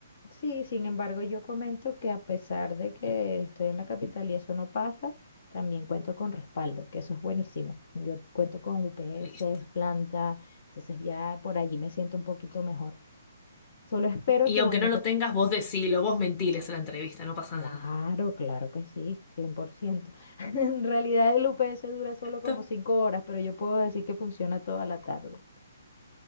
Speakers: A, on the left (about 60°); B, on the left (about 35°).
A: sí, sin embargo, yo comento que a pesar de que estoy en la capital y eso no pasa, también cuento con respaldo, que eso es buenísimo. Yo cuento con UPS,
B: Listo.
A: planta, entonces ya por allí me siento un poquito mejor. Solo espero
B: Y
A: que,
B: aunque
A: bueno,
B: no lo
A: que
B: tengas, vos decilo, vos mentiles en la entrevista, no pasa
A: Claro, claro que sí, 100%. <laughs> En realidad el UPS dura solo como
B: nada.
A: cinco horas, pero yo puedo decir que funciona toda la tarde.